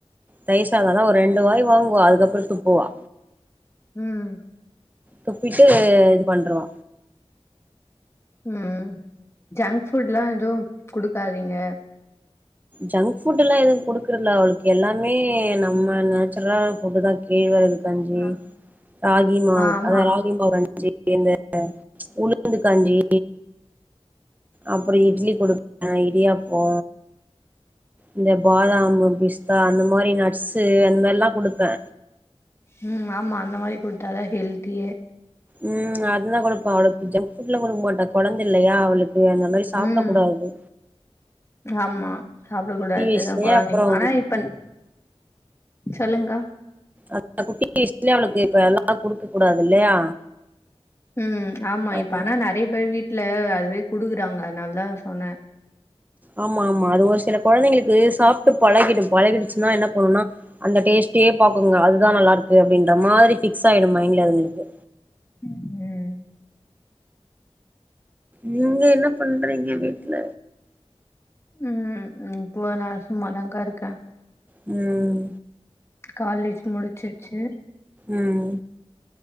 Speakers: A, on the right (about 15°); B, on the left (about 25°).
A: தயிர் சாதாதா ஒரு ரெண்டு வாய் வாங்குவா அதுக்கப்றோ துப்புவா
B: ம்
A: துப்பிட்டு இது பண்ருவா
B: ம் ஜங்க் ஃபுட்லா எதுவு குடுக்காதிங்க
A: ஜங்க் ஃபுட்லா எதுவு குடுக்குறல அவுளுக்கு எல்லாமே நம்ம நேச்சுரலான ஃபுட்டு தா கேழ் வரகு கஞ்சி
B: ஆ
A: ராகி மாவு
B: ஆமா.
A: அதா ராகி மாவு கஞ்சி இந்த த உளுந்து கஞ்சி அப்பறோ இட்லி குடுப்ப இடியாப்போ இந்த பாதாம் பிஸ்தா அந்த மாரி நட்ஸ்சு அந்த எல்லா குடுப்பே
B: ம் ஆமா அந்த மாரி குடுத்தாதா ஹெல்த்தியே
A: ம் அதுதா குடுப்போ அவளுக்கு ஜங்க் ஃபுட்லா குடுக்க மாட்டா கொழந்தில்லையா அவளுக்கு ஏ அந்த மாரி சாப்ட
B: ம்.
A: கூடாது
B: ஆமா சாப்ட கூடாதுதா
A: வயசுலயே
B: கொழந்தைங்களு
A: அப்புறோ
B: ஆனா இப்ப சொல்லுங்கா
A: அந்த குட்டி விஷயத்துலையு அவளுக்கு இப்ப எல்லா குடுக்க கூடாது இல்லையா
B: ம் ஆமா
A: அது
B: இப்ப ஆனா நெறைய பேர் வீட் ட்ல அதுவே குடுக்குறாங்க அதுனால தா சொன்னே
A: ஆமாம்மா அது ஒரு சில கொழந்தைங்களுக்கு சாப்ட்டு பழகிடு பழகிடுச்சுன்னா என்ன பண்ணுனா அந்த டேஸ்ட் டே பாக்குங்க அதுதா நல்லா இருக்கு அப்டின்ற மாரி ஃபிக்ஸ் ஆயிடு மைண்ட்ல அதுங்களுக்கு
B: ம் ம்
A: நீங்க என்ன பண்றீங்க வீட்ல
B: ம் ம் இப்போ நா சும்மாதாங்கா இருக்கே
A: ம்
B: காலேஜ் முடிச்சிச்சு
A: ம்